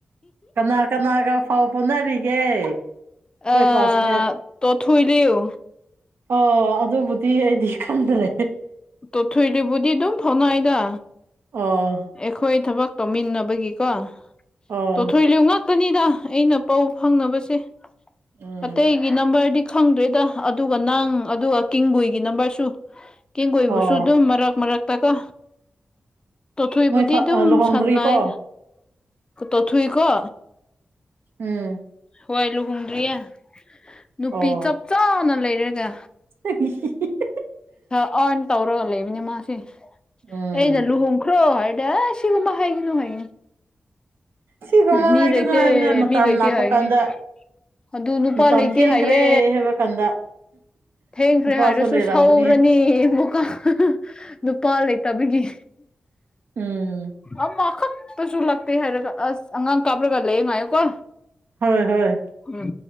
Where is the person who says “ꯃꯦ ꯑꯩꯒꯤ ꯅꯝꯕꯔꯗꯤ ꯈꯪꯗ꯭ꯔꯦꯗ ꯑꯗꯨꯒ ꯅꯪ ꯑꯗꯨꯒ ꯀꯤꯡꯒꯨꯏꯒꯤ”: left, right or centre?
Left